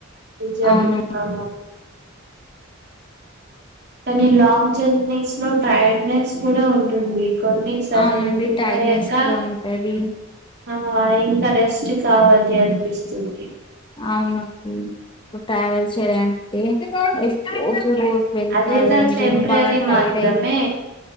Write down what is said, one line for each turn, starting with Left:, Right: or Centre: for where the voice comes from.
Right: నిజమే
Left: అవును
Right: ఆ కానీ లాంగ్ జర్నీస్ లో టైర్డ్నెస్ కూడా ఉంటుంది కొన్ని సరలు
Left: అవునండి
Right: ట్రిప్
Left: టైర్డ్నెస్
Right: అయ్యాక
Left: కూడా ఉంటది
Right: ఆ ఇంకా రెస్ట్ కావాలి అనిపిస్తుంది
Left: అవునండి ఇప్పుడు ట్రావెల్ చేయాలంటే రోజు రోజు వెళ్ళాలంటే
Right: అదేదా టెంపరరీ
Left: బాగా
Right: మాత్రమే
Left: టైర్డ్ అయి